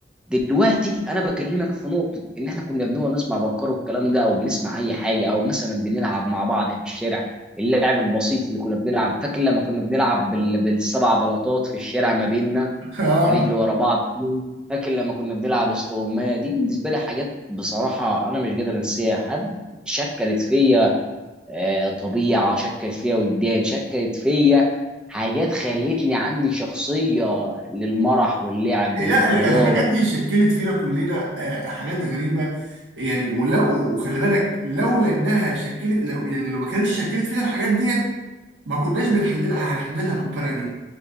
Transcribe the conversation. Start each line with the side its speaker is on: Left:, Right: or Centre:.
Centre: دلوقتي انا بكلمك في نقطه ان احنا كنا بنقعد نسمع بكار والكلام ده او بنسمع اي حاجه او مثلا بنلعب مع بعض في الشارع اللعب البسيط اللي كنا بنلعب فاكر لما كنا بنلعب بال... بالسبع بلاطات في الشارع ما بيننا
Right: اه
Centre: ونجري ورا بعض فاكر لما كنا بنلعب استغمايه دي بالنسبه لي حاجات بصراحه انا مش قادر انساها حد شكلت فيا آه، طبيعه شكلت فيا وجدان شكلت فيا حاجات خلتني عندي شخصيه للمرح واللعب
Right: لا
Centre: للرياضه
Right: ال- الحاجات دي شكلت فينا كلنا آه، حاجات غريبه يعني ولا وخلي بالك لولا انها شكلت لو يعني لو ما كانتش شكلت فينا الحاجات ديت ما كناش بنحل لها هنحل لها بالطريقه دي